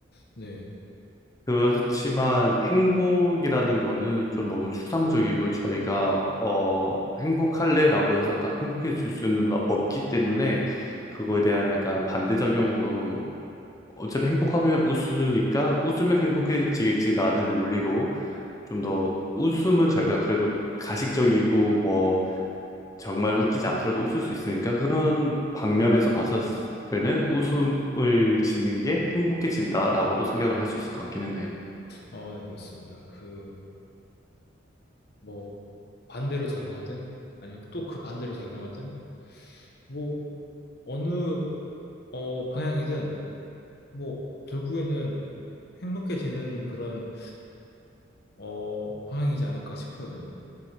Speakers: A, on the left; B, on the left.
A: 네.
B: 그렇지만 행복이라는 거는 좀 너무 추상적이고 저희가 어 행복할래라고 해서 딱 행복해질 수는 없기 때문에 그거에 대한 약간 반대작용으로 어차피 행복하면 웃으니까 웃으면 행복해지겠지라는 논리로 좀 더 웃음은 저희가 그래도 가식적이고 뭐 정말 웃기지 않더라도 웃을 수 있으니까 그런 방면에서 봤었을 때는 웃음을 짓는 게 행복해진다라고도 생각을 할 수 있을 것 같기는 해요.
A: 어, 네, 맞습니다. 그, 뭐, 반대로 작용하든, 아니면 또 그 반대로 작용하든, 뭐, 어느, 어, 방향이든 뭐 결국에는 행복해지는 그런 어 방향이지 않을까 싶어요 저는